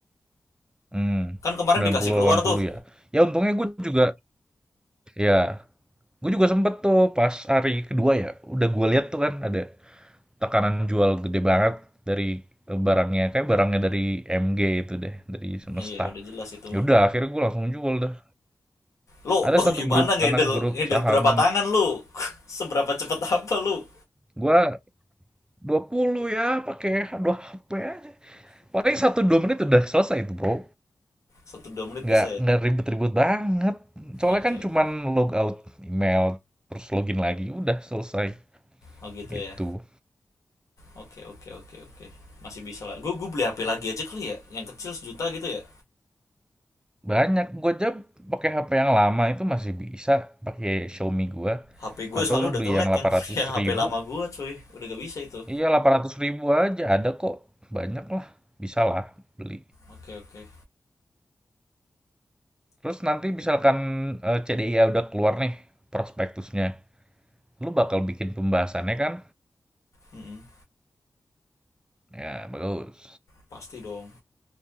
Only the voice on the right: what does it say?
Hmm,
sembilan
puluh
delapan
puluh ya. Ya untungnya gue juga, ya, gue juga sempet tuh pas hari kedua ya, udah gue lihat tuh kan ada tekanan jual gede banget dari eh, barangnya kayak barangnya dari MG itu deh dari semesta
Yaudah,
akhirnya gue langsung jual dah
ada
satu
grup
anak grup
saham
gue 20 ya pakai dua HP aja paling satu sampai dua menit udah selesai itu bro
nggak
nggak ribet-ribet banget soalnya
kan cuman
log out email terus login lagi udah selesai
gitu
Banyak, gue aja pakai HP yang lama itu masih bisa pakai Xiaomi gua
atau
lu
beli
yang 800.000
ribu.
Iya 800.000 ribu aja ada kok. Banyak lah, bisa lah beli.
Terus nanti misalkan eh, CDIA udah keluar nih prospektusnya. Lu bakal bikin pembahasannya kan?
Ya bagus.